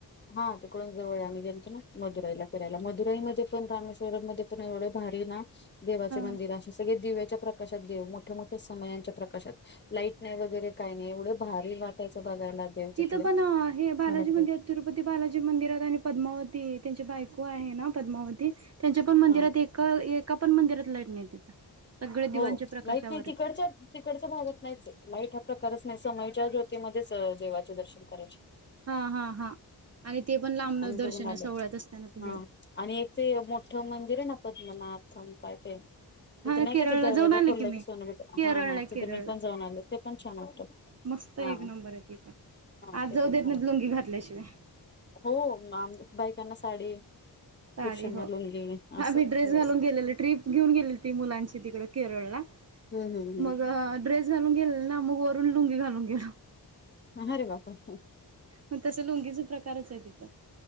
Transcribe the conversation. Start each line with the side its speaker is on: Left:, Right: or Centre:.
Left: हं तिकडून जवळये. आम्ही गेलतो न मदुराईला फिरायला. मदुराईमध्ये पण, रामेश्वरम मध्ये एवढे भारीना, देवाचे
Right: ह
Left: मंदिरं अशे सगळे दिव्याच्या प्र कशात देऊ? मोठ्या मोठ्या समयांच्या प्रकाशात लाईट नाही वगैरे काही नाही, एवढं भारी वाटायचं बघायला देव
Right: तिथं
Left: तिथले
Right: पन हे बालाजी
Left: छान वाटतं
Right: मंदिर तिरुपती बालाजी मंदिरात, आणि पद्मावती, त्यांची बायको आहे न पद्मावती त्यांच्या पण मंदिरात
Left: हा
Right: एका.. एका पन मंदिरात लाईट नाही तिथं. सगळे
Left: हो
Right: दिवांच्या प्रकाशावरच
Left: लाईट नाही, तिकडच्या..
Right: आहे
Left: तिकडच्या भागात नाहीचये. लाईट हा प्रकारच नाही. समईच्या ज्योत् ती मध्येच अ देवाचे दर्शन कराचे.
Right: हा हा हा आणि ते पण लांबनच
Left: आम्ही
Right: दर्शनं.
Left: बघून आलो
Right: सोहळ्यात असताना पुजा
Left: हा आणि एक ते मोठं मंदिर आहे ना पद्मनाभथ काय आणि एक ते मोठ्ठ मंदिर आहे ना पद्मनाभधाम काय ते
Right: हा
Left: तिथं नाई
Right: केरळला
Left: दरवाजा
Right: जाऊन आले
Left: खोलला
Right: मी
Left: की सोन भेटं.
Right: केरळला
Left: हा हा, तिथे
Right: केरळला
Left: मी पण जाऊन आलो. ते पण छान वाटत.
Right: मस्त
Left: हा
Right: एक नंबर आहे तिथं.
Left: हा
Right: आत
Left: ते
Right: जाऊ
Left: पण
Right: देत
Left: छान
Right: नाहीत
Left: वाटत
Right: लुंगी घातल्याशिवाय.
Left: हो आम. बायकांना साडी.
Right: साडी
Left: पुरुषांना
Right: हो.
Left: लुंगी असं
Right: आम्ही ड्रेस
Left: हो
Right: घालून गेलेलो. ट्रिप घिऊन गेली होती मुलांची तिकडं केरळला,
Left: हम्म हम्म
Right: मग ड्रेस घालून गेलेलो ना, मग वरून लुंगी घालून गेलो. ह्..
Left: ह. अरे बापरे! ! हह
Right: म तसं लूंगीच प्रकारच आहे तिथं.